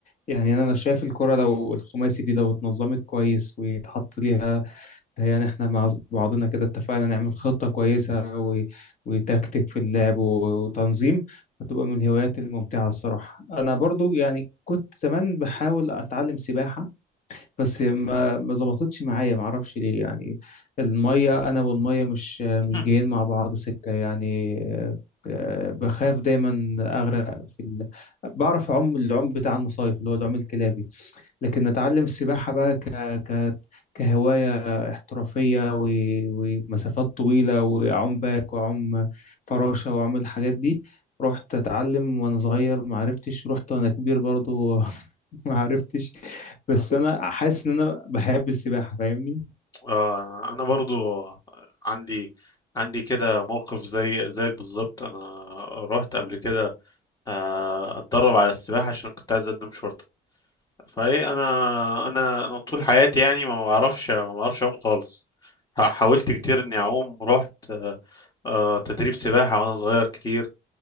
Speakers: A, on the left (about 50°); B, on the left (about 25°).
A: يعني أنا أنا شايف الكرة لو الخماسي دي لو اتنظمت كويس ويتحط ليها هي يعني احنا مع بعضنا كده اتفقنا نعمل خطة كويسة و... وتكتيك في اللعب و... وتنظيم هتبقى من الهوايات الممتعة الصراحة أنا برضو يعني كنت زمان بحاول أتعلم سباحة بس ما ما ظبطتش معايا ما أعرفش ليه يعني المية أنا والمية مش مش
B: <laughs>
A: جايين مع بعض سكة يعني آه، بخاف دايما أغرق في ال... بعرف أعوم العوم بتاع المصايف اللي هو العوم الكلابي لكن اتعلم السباحة بقى ك... ك... كهواية احترافية و... ومسافات طويلة واعوم باك واعوم فراشة واعوم الحاجات دي رحت اتعلم وانا صغير ما عرفتش رحت وانا كبير برضو <laughs> ما عرفتش بس
B: آه.
A: انا حاسس ان انا بحب السباحة فاهمني
B: آه، انا برضو عندي عندي كده موقف زي زيك بالظبط انا رحت قبل كده آه، اتدرب على السباحه عشان كنت عايز اقدم شرطه فايه انا انا انا طول حياتي يعني ما بعرفش ما بعرفش اعوم خالص ح- حاولت كتير اني اعوم رحت آه، آه، تدريب سباحه وانا صغير كتير